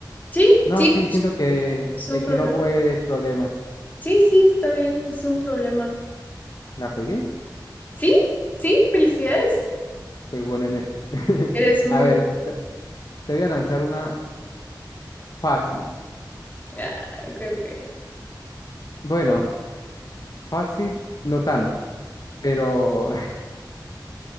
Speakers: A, on the left (about 25°); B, on the left (about 55°).
A: Sí,
B: No,
A: sí,
B: sí, siento que
A: es un
B: el
A: problema.
B: quilombo es problemas.
A: Sí, sí, está bien, es un problema.
B: ¿La pegué?
A: Sí, sí, felicidades.
B: Soy bueno en esto. <laughs>
A: Eres muy...
B: A ver, te te voy a lanzar una fácil.
A: Ah, ok, ok.
B: Bueno, fácil, no tanto. Pero, <laughs>